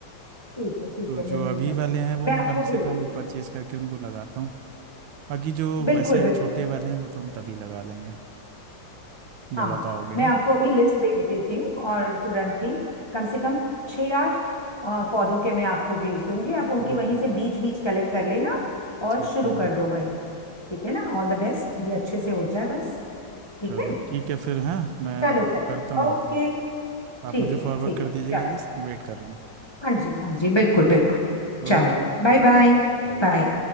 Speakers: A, on the left; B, on the right.
A: ठीक है ठीक
B: तो
A: है
B: जो
A: नहीं यही
B: अभी
A: करते
B: वाले
A: हैं
B: हैं वो
A: मैं
B: मैं
A: आपको
B: कम
A: भेज
B: से कम
A: देती
B: परचेज
A: हूँ
B: करके उनको लगाता हूँ बाकी जो
A: बिल्कुल
B: वैसे
A: बिल्कुल
B: छोटे वाले हैं वो तो हम तभी लगा लेंगे जब
A: हाँ
B: आप आओगे
A: मैं
B: ना
A: आपको अभी लिस्ट भेज देती हूँ और तुरंत ही कम से कम छः आठ अ, पौधों के मैं आपको भेज दूंगी आप उनके
B: बिल्कुल
A: वहीं से
B: बिल्कुल
A: बीज बीज कलेक्ट कर लेना और
B: ठीक
A: शुरू
B: है
A: कर दो भाई ठीक है ना ऑल द बेस्ट ये अच्छे से हो जाए बस ठीक
B: चलो
A: है
B: ठीक है फिर हाँ मैं
A: चलो भाई
B: करता हूँ
A: ओके
B: आपसे आप
A: ठीक
B: मुझे फॉरवर्ड
A: है ठीक
B: कर
A: है
B: दीजिएगा
A: चलो
B: लिस्ट वेट कर रहा
A: हाँ जी हाँ जी बिल्कुल बिल्कुल
B: हूँ
A: चलो
B: Okay
A: बाय बाय
B: bye.
A: बाय